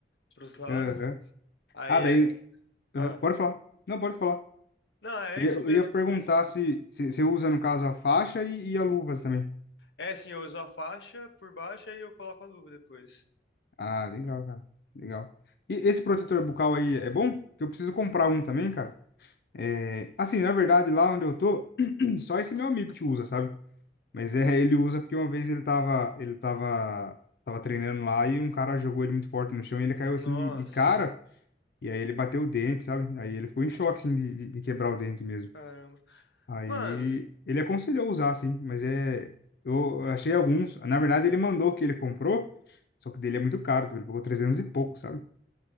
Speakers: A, on the left; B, on the left.
A: pros lados.
B: Aham.
A: Aí
B: Ah, daí.
A: é. Ah,
B: aham. Pode falar. Não, pode falar.
A: não, é
B: Eu
A: isso
B: ia, eu
A: mesmo.
B: ia perguntar
A: É isso mesmo.
B: se se você usa, no caso, a faixa e, e a luvas também.
A: É, sim, eu uso a faixa por baixo e eu coloco a luva depois.
B: Ah, legal, cara. Legal. E esse protetor bucal aí é bom? Porque eu preciso comprar um também, cara. É, assim, na verdade, lá onde eu tô, <clears throat> só esse meu amigo que usa, sabe? Mas é, ele usa porque uma vez ele tava, ele tava, tava treinando lá e um cara jogou ele muito forte no chão e ele caiu assim
A: Nossa,
B: de, de cara e aí ele bateu o dente, sabe? Aí ele ficou em choque assim de, de, de quebrar o dente mesmo.
A: caramba.
B: Aí
A: Mano,
B: ele aconselhou usar assim, mas é eu achei alguns, na verdade ele mandou o que ele comprou, só que dele é muito caro, tipo, ele pagou 300 e pouco, sabe?